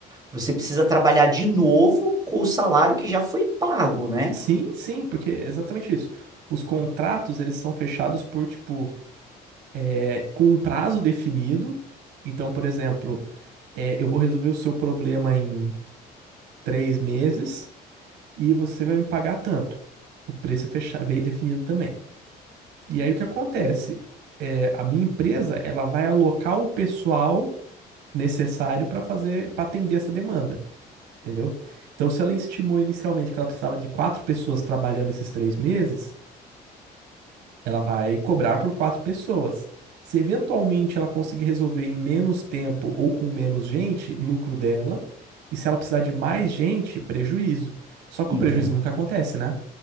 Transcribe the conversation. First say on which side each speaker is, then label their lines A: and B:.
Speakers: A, on the right; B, on the right.
A: você precisa trabalhar de novo com o salário que já foi pago, né?
B: Sim, sim, porque é exatamente isso. Os contratos, eles são fechados por, tipo, é, com um prazo definido. Então, por exemplo, é, eu vou resolver o seu problema em três meses e você vai me pagar tanto. O preço é fecha- é bem definido também. E aí o que acontece? É, a minha empresa, ela vai alocar o pessoal necessário para fazer, para atender essa demanda, entendeu? Então, se ela estimou inicialmente que ela precisava de quatro pessoas trabalhando esses três meses, ela vai cobrar por quatro pessoas. Se eventualmente ela conseguir resolver em menos tempo ou com menos gente, lucro dela. E se ela precisar de mais gente, prejuízo. Só que o prejuízo
A: Entendo.
B: nunca acontece, né?